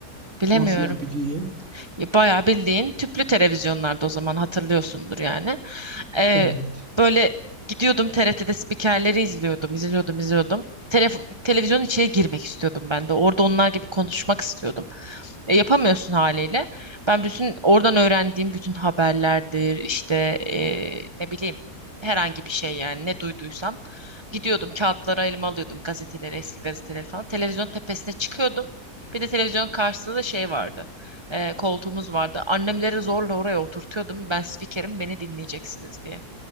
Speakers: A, on the right (about 25°); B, on the right (about 45°).
A: Bilemiyorum.
B: Nasıl ya bileyim?
A: Ya Bayağı bildiğin tüplü televizyonlarda o zaman hatırlıyorsundur yani. Ee,
B: Evet.
A: böyle gidiyordum TRT'de spikerleri izliyordum, izliyordum, izliyordum. Telef televizyonun içine girmek istiyordum ben de. Orada onlar gibi konuşmak istiyordum. E, yapamıyorsun haliyle. Ben bütün oradan öğrendiğim bütün haberlerdir, işte e, ne bileyim herhangi bir şey yani ne duyduysam. Gidiyordum kağıtlara elime alıyordum gazeteleri, eski gazeteleri falan. televizyon tepesine çıkıyordum. Bir de televizyonun karşısında da şey vardı e, koltuğumuz vardı. Annemleri zorla oraya oturtuyordum. Ben spikerim, beni dinleyeceksiniz diye.